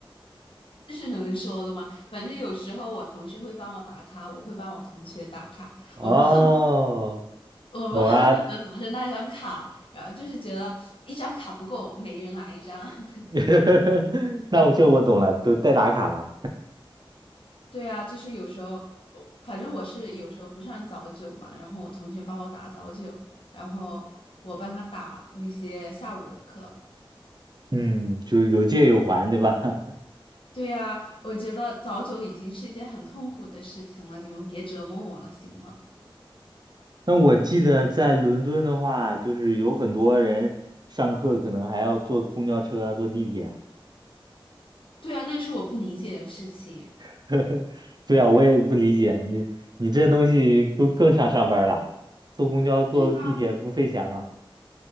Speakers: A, on the left (about 70°); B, on the right (about 50°).
A: 这是能说的吗？反正有时候我同学会帮我打卡，我会帮我同学打卡，
B: 哦，
A: 我们恨不我们恨不得拿着那张卡，
B: 懂了。
A: 然后就是觉得一张卡不够，每人来一张。<laughs>
B: <laughs> 那我这我懂了，都代打卡嘛，
A: 对啊，就是有时候，我反正我是有时候不上早九嘛，然后我同学帮我打早九，然后我帮他打那些下午的课。
B: 嗯，就有借有还，对吧？<laughs>
A: 对呀，我觉得早九已经是一件很痛苦的事情了，你们别折磨我了，行吗？
B: 那我记得在伦敦的话，就是有很多人上课可能还要坐公交车啊、坐地铁啊。
A: 对啊，那是我不理解的事情。
B: <laughs> 对啊，我也不理解你，你这东西更更像上班了，坐公交、坐地铁不费钱吗？
A: 对啊，